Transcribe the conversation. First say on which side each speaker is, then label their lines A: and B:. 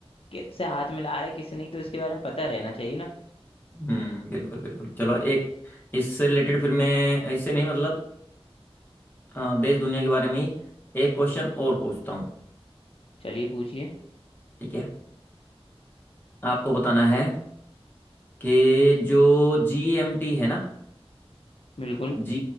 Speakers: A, on the left; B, on the left.
A: के से हाथ मिला रहा है किसी नहीं तो इसके बारे में पता रहना चाहिए ना
B: हम्म, बिल्कुल बिल्कुल चलो एक इससे रिलेटेड फिर मैं इससे नहीं मतलब अ, देश दुनिया के बारे में ही एक क्वेश्चन और पूछता हूँ
A: चलिए पूछिए
B: ठीक है आपको बताना है कि जो जीएमटी है ना
A: बिल्कुल
B: जी